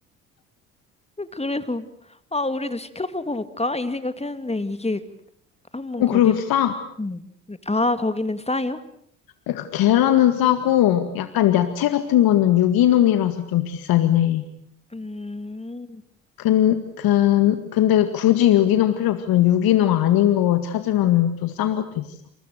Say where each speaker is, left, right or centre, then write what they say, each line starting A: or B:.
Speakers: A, on the left; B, on the left.
A: 그래서, 아, 우리도 시켜보고 볼까? 이 생각했는데, 이게 한번
B: 어,
A: 거기에,
B: 그리고 싸.
A: 음. 아, 거기는 싸요?
B: 그러니까 계란은 싸고 약간
A: 음.
B: 야채 같은 거는 유기농이라서 좀 비싸긴 해.
A: 음,
B: 근, 근, 근데 굳이 유기농 필요 없으면 유기농 아닌 거 찾으면 또 싼 것도 있어.